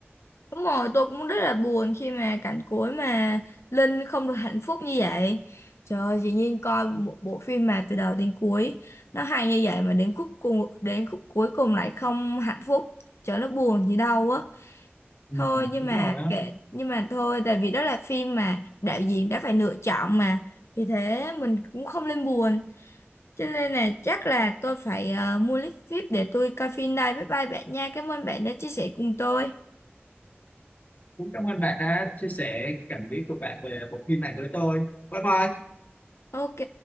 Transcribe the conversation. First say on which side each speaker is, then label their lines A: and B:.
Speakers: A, on the left (about 80°); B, on the left (about 40°).
A: Đúng rồi, tôi cũng rất là buồn khi mà cảnh cuối mà Linh không được hạnh phúc như vậy. Trời ơi, dĩ nhiên coi một bộ phim mà từ đầu đến cuối nó hay như vậy mà đến khúc cùng đến khúc cuối cùng lại không hạnh phúc. Trời ơi, nó buồn gì đâu á.
B: ừ,
A: Thôi nhưng
B: đúng
A: mà
B: rồi á
A: kệ nhưng mà thôi tại vì đó là phim mà đạo diễn đã phải lựa chọn mà. Vì thế mình cũng không nên buồn. Cho nên là chắc là tôi phải ờ, mua lít phíp để tôi coi phim đây. Bye bye bạn nha. Cảm ơn bạn đã chia sẻ cùng tôi.
B: cũng cảm ơn bạn đã chia sẻ cảm nghĩ của bạn về bộ phim này với tôi bye bye
A: Ok.